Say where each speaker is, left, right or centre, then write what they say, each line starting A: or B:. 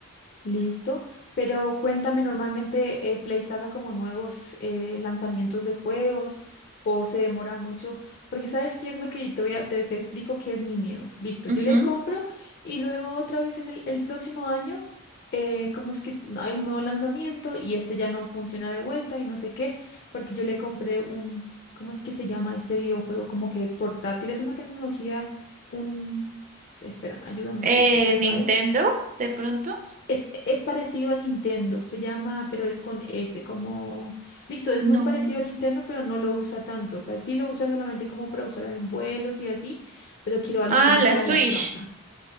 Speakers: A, on the left; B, on the right.
A: listo. Pero cuéntame, normalmente eh, Play saca como nuevos eh, lanzamientos de juegos o se demora mucho, porque ¿sabes qué es lo que te voy a, te, te explico qué es mi miedo? Listo,
B: Ujú.
A: yo le compro y luego otra vez en el, el próximo año, eh, ¿cómo es que es? hay un nuevo lanzamiento y este ya no funciona de vuelta y no sé qué, porque yo le compré un, ¿cómo es que se llama este videojuego? Como que es portátil, es una tecnología, un... s- Espérame, ayúdame,
B: Eh,
A: tú, tú qué
B: Nintendo,
A: sabes.
B: de pronto.
A: Es, es parecido al Nintendo, se llama, pero es con S, como... Listo, es muy
B: No.
A: parecido al Nintendo, pero no lo usa tanto. O sea, sí lo usa solamente como para usar en vuelos y así, pero quiero algo
B: Ah,
A: como
B: la
A: para
B: Switch,
A: la casa.